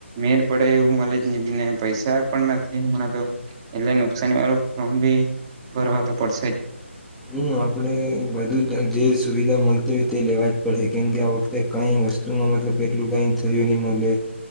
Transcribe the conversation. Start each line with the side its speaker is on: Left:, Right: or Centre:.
Right: મેર પડે એવું મળી જ હીને પૈસા પણ નથી હમણાં તો એટલે નુકસાની વાળું ફોર્મ ભી ભરવા તો પડશે જ.
Centre: હમ્મ આપણે બધું જ જે સુવિધા મળતી હોય તે લેવા જ કેમ કે આ વખતે કઈ વસ્તુમાં મતલબ એટલું કઈ થયું નહી મળે